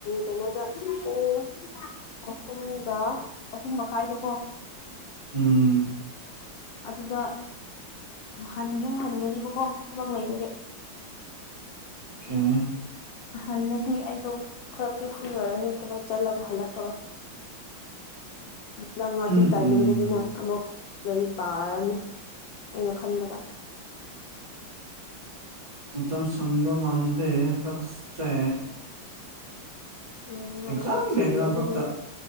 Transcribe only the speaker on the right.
ꯎꯝ
ꯑꯥ
<unintelligible>
ꯎꯝ
ꯃ ꯃꯇꯝ ꯁꯒꯣ ꯃꯥꯟꯗꯦꯗꯛꯁ
ꯑꯦꯛꯖꯥꯝꯒ
ꯑꯦꯛꯖꯥꯝ ꯈꯛꯇ